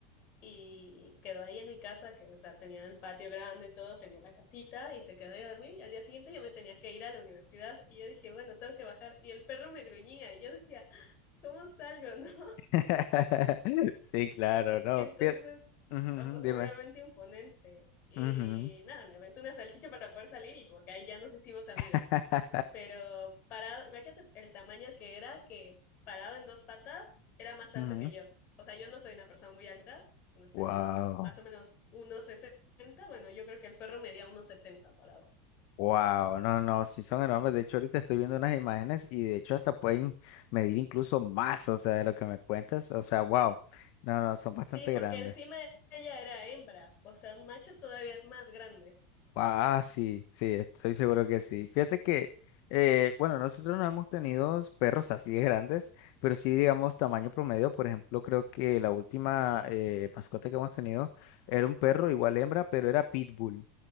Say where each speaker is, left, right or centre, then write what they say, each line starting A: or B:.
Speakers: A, on the left; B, on the left.
A: y quedó ahí en mi casa, que, o sea, tenía el patio grande, todo, tenía la casita y se quedó ahí a dormir y al día siguiente yo me tenía que ir a la universidad y yo dije, bueno, tengo que bajar y el perro me gruñía y yo decía, "¡Ah! ¿cómo salgo? <laughs>
B: <laughs> Sí, claro, no.
A: Entonces,
B: fie- ujú,
A: o-
B: ujú, dime.
A: obviamente imponente. Y
B: ujú,
A: nada, le aventé una salchicha para poder salir y como que ahí ya nos hicimos amigas.
B: <laughs>
A: Pero parado, imagínate el tamaño que era, que parado en dos patas era más alto
B: ujú.
A: que yo. O sea, yo no soy una persona muy alta, no sé
B: Wow.
A: si más o menos uno sesenta Bueno, yo creo que el perro medía uno setenta parado.
B: Wow, no, no, sí son enormes. De hecho, ahorita estoy viendo unas imágenes y de hecho hasta pueden medir incluso más, o sea, de lo que me cuentas. O sea, wow. No, no, son bastante
A: Sí, porque
B: grandes.
A: encima ella era hembra, o sea, un macho todavía es más grande.
B: Wow, ah, sí, sí, estoy seguro que sí. Fíjate que, eh, bueno, nosotros no hemos tenido perros así de grandes, pero sí, digamos, tamaño promedio. Por ejemplo, creo que la última eh, mascota que hemos tenido era un perro, igual hembra, pero era pitbull